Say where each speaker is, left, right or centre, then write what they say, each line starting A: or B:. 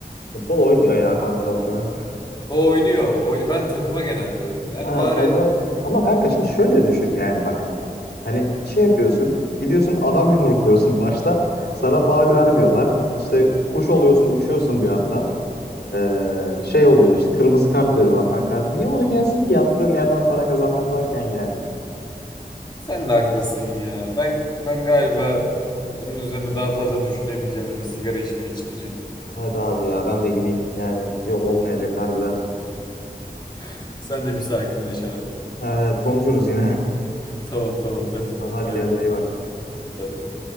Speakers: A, on the left (about 80°); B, on the left (about 25°).
A: futbol oynuyor ya kanka Osimhen.
B: O oynuyor. Oyun ben takıma genel diyorum. Yani
A: Ha,
B: bari
A: takım ama kanka şimdi şöyle düşün yani bak hani şey yapıyorsun gidiyorsun adam yumrukluyorsun <laughs> başta sana faul vermiyorlar işte kuş oluyorsun uçuyorsun bir anda Ee, şey oluyor işte kırmızı kart veriyorlar falan karşı niye oynayasın ki yattığın yerden para kazanmak varken yani
B: Sen de haklısın ya. Ben ben galiba bunun üzerine daha fazla düşünemeyeceğim ve bir sigara içmeye çıkacağım.
A: evet abi ya ben de gideyim yani yok olmayacak harbiden
B: <laughs> Sen de bir sakinleş abi.
A: evet konuşuruz yine
B: Tamam tamam
A: <laughs>
B: hadi
A: tamam hadi
B: bay
A: kendine
B: bay.
A: iyi bak
B: Sen de.